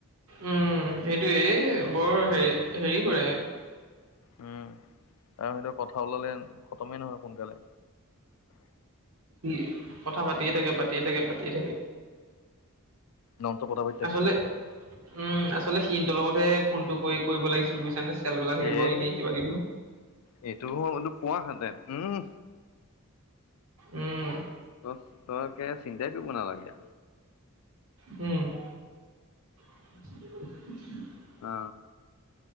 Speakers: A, on the right; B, on the left.
A: উম সেইটোয়ে এ বৰ হে হেৰি কৰে
B: উম আৰু সেঁতৰ কথা ওলালে খতমেই নহয় সোনকালে
A: ই কথা পাতিয়ে থাকে পাতিয়ে থাকে পাতিয়ে থাকে।
B: নংটো খোৱাবি
A: আচলতে উম আচলতে সিহতৰ লগতহে ফোনটো কৰি কৰিব লাগিছিল বুজিছানে পেলপেলাই থাকিব
B: এ
A: এনেই কিবা কিবি
B: এইটো বোলো পোৱাহেঁতেন উম
A: উম
B: তই তই কে চিন্তাই কৰিব নালাগে।
A: উম <inaudible>
B: অ